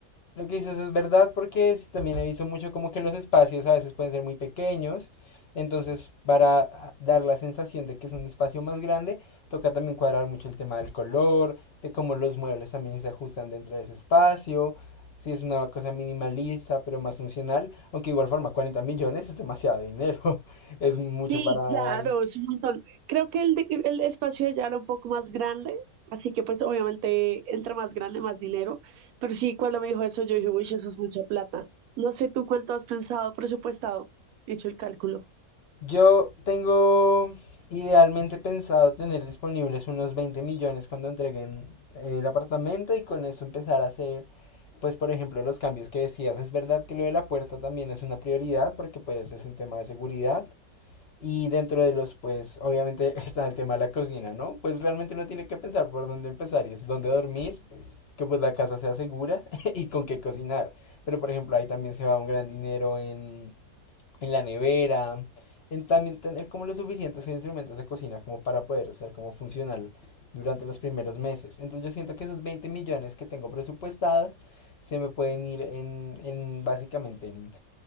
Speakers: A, on the left; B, on the right.
A: Lo que dices es verdad porque sí, también he visto mucho como que los espacios a veces pueden ser muy pequeños, entonces para ah, dar la sensación de que es un espacio más grande, toca también cuadrar mucho el tema del color, de cómo los muebles también se ajustan dentro de ese espacio, si es una cosa minimalista pero más funcional, aunque de igual forma 40 millones es demasiado dinero, <laughs> es mucho
B: Sí,
A: para...
B: claro, es un montón. Creo que el, de- el espacio ya era un poco más grande, así que pues obviamente entre más grande, más dinero. Pero sí, cuando me dijo eso, yo dije, uy, eso es mucha plata. No sé tú cuánto has pensado, presupuestado, hecho el cálculo.
A: Yo tengo idealmente pensado tener disponibles unos 20 millones cuando entreguen eh, el apartamento y con eso empezar a hacer, pues por ejemplo, los cambios que decías. Es verdad que lo de la puerta también es una prioridad porque pues es un tema de seguridad y dentro de los, pues obviamente <laughs> está el tema de la cocina, ¿no? Pues realmente uno tiene que pensar por dónde empezar y es dónde dormir, que pues la casa sea segura <laughs> y con qué cocinar. Pero por ejemplo, ahí también se va un gran dinero en en la nevera, en también tener como los suficientes instrumentos de cocina como para poder ser como funcional durante los primeros meses. Entonces yo siento que esos 20 millones que tengo presupuestados se me pueden ir en, en básicamente en